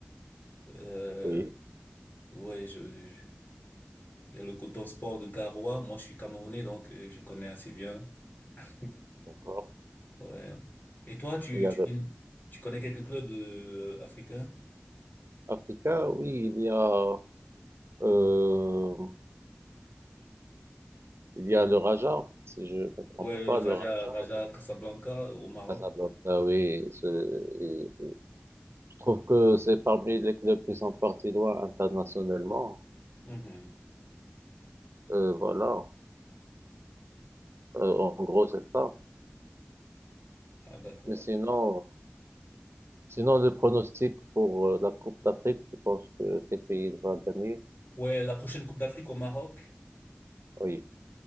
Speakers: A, on the left; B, on the right.
A: Euh,
B: Oui,
A: ouais, je, je- il y a le Coton Sport de Garoua. Moi, je suis Camerounais, donc euh, je connais assez bien. <laughs>
B: d'accord.
A: Ouais. Et toi, tu,
B: Il y
A: tu,
B: a le
A: tu connais quelques clubs euh, africains?
B: africain, oui, il y a, euh, il y a le Raja, si je ne me trompe
A: Ouais, le
B: pas,
A: Raja,
B: le Raja
A: Raja
B: de
A: Casablanca au Maroc.
B: Casablanca, oui, ce- Je trouve que c'est parmi les clubs qui sont partis loin internationalement.
A: Mhm.
B: Euh, voilà. Euh, en gros, c'est ça.
A: Ah, d'accord.
B: Mais sinon, sinon, le pronostic pour euh, la Coupe d'Afrique, tu penses que quel pays va gagner?
A: Ouais, la prochaine Coupe d'Afrique au Maroc.
B: Oui,